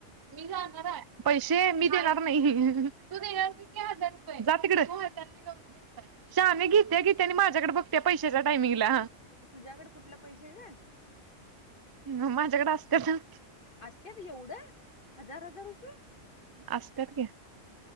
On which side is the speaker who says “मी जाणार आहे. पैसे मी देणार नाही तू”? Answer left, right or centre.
Right